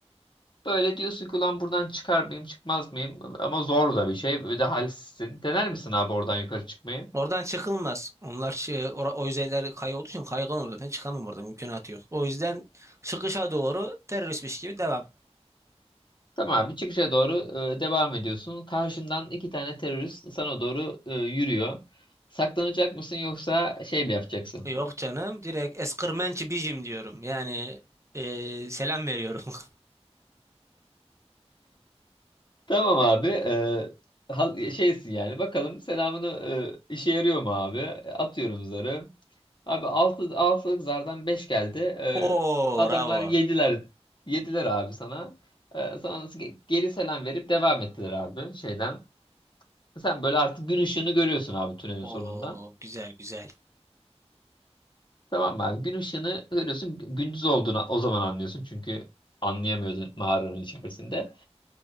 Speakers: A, on the left (about 45°); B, on the right (about 25°).
A: böyle diyorsun ki ulan buradan çıkar mıyım çıkmaz mıyım ama zor da bir şey böyle de halsizsin dener misin abi oradan yukarı çıkmayı?
B: Oradan çıkılmaz. Onlar şey, ora- o yüzeyler kayı olduğu için kaygan olur zaten çıkamam orada mümkünatı yok. O yüzden çıkışa doğru teröristmiş gibi devam.
A: Tamam abi çıkışa doğru e, devam ediyorsun. Karşından iki tane terörist sana doğru e, yürüyor. Saklanacak mısın yoksa şey mi yapacaksın?
B: Yok canım direkt eskırmençi bijim diyorum. Yani e, selam veriyorum <laughs>
A: Tamam abi. e, hal- şeysin yani. Bakalım selamını e, işe yarıyor mu abi? Atıyorum zarı. Abi altı altılık zardan 5 geldi. E,
B: Oo
A: adamlar
B: bravo.
A: yediler. Yediler abi sana. E, sana ge- geri selam verip devam ettiler abi şeyden. Sen böyle artık gün ışığını görüyorsun abi tünelin
B: Oo
A: sonunda.
B: güzel güzel.
A: Tamam mı abi gün ışığını görüyorsun gündüz olduğunu o zaman anlıyorsun çünkü anlayamıyordun mağaranın içerisinde.